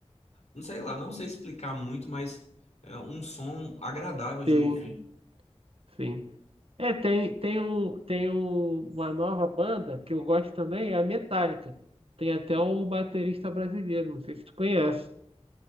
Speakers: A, on the left; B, on the right.
A: não sei lá, não sei explicar muito, mas é um som agradável de
B: Sim,
A: É. ouvir.
B: sim. É, tem, tem, um, tem um, uma nova banda que eu gosto também, é a Metallica. Tem até o baterista brasileiro, não sei se tu conhece.